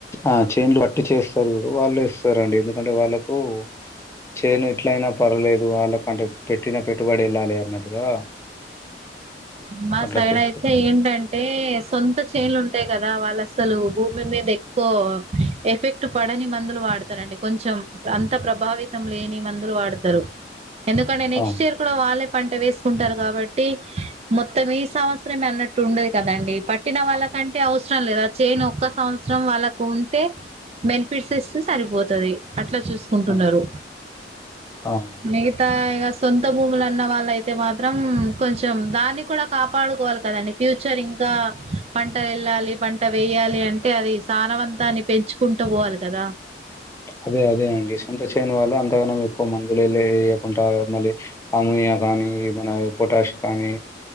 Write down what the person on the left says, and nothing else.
ఆ చేన్లు వట్టి చేస్తారు చూడు వాళ్ళు యేస్తారండి ఎందుకంటే వాళ్ళలకు చేను ఎట్లయినా పర్లేదు వాళ్ళకంటే పెట్టిన పెట్టుబడి యేళ్ళాలి అన్నట్టుగా
అట్లా
చేస్తారు
అవును
అవును అవునండి
అదే అదే అండి సొంత చేను వాళ్ళు అంతగానం ఎక్కువ మందులు వేయకుండా మళ్ళీ అమ్మోనియా కానీ ఏమన్నా పొటాష కానీ